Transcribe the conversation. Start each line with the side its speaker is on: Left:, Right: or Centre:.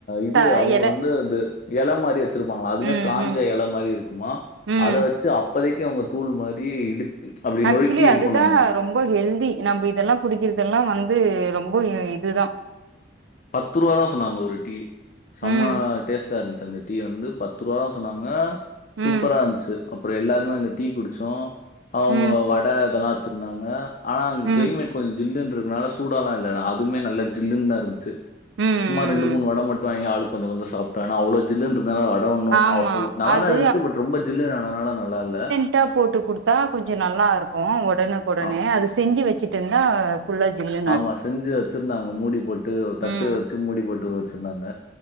Left: இது
Right: த
Left: அவுங்க
Right: எல
Left: வந்து அது எல மாரி வெச்ருப்பாங்ளா அதுமே
Right: ம்,
Left: காஞ்ச
Right: ம்,
Left: எல மாரி இருக்குமா
Right: ம்.
Left: அத வச்சு அப் அப்போதிக்கு அவுங்க தூளு மாரி இடுச் அப்டி
Right: ஆக்சுவலி
Left: நொறுக்கி இது
Right: அதுதான்
Left: பண்ணுவாங்ளா
Right: ரொம்ப ஹெல்தி நம்ம இதெல்லா குடிக்கரதெல்லா வந்து ரொம்ப இதுதா
Left: பத்து ருவா தா சொன்னாங்க ஒரு டீ செம்ம
Right: ம்,
Left: டேஸ்ட் டா இருன்ச்சி அந்த டீ வந்து பத்து ருவா தா சொன்னாங்க சூப்பரா
Right: ம்,
Left: இருன்ச்சு அப்றோ எல்லாருமே அந்த டீ குடிச்சோ அவுங்க
Right: ம்,
Left: வட இதல்லா வெச்சிருந்தாங்க ஆனா அங்க
Right: ம்,
Left: க்ளைமெட் கொஞ்ச ஜில்லுருக்கனால சூடால்லா இல்ல அதுவுமே நல்லா ஜில்லுன்தாருந்ச்சு
Right: ம்,
Left: சும்மா ரெண்டு மூணு
Right: ம்.
Left: வட மட்டு வாங்கி ஆளுக்கு கொஞ்சோ கொஞ்சோ சாப்ட்டோ ஏனா அவ்ளோ ஜில்லுனுருக் ந்தாலு வட ஒன்னு
Right: ஆமா.
Left: அவ் ஓ நல்லாதா
Right: அது
Left: இருந்துச்சு பட் ரொம்ப ஜில்லுன் ஆனனால நல்லால்ல
Right: ட்டா போட்டு குடுத்தா கொஞ்சோ நல்லாருக்கோ ஒடனுக் ஒடனே
Left: ஆ.
Right: அது செஞ்சு வெச்சுட்டிங்னா ஃபுல்லா ஜில்லு
Left: ஆமா செஞ்சு வெச்சிருந்தாங்க மூடி போட்டு ஒர் தட்டு
Right: ம்,
Left: வெச்சி மூடி போட்டு வெச்சிர்ந்தாங்க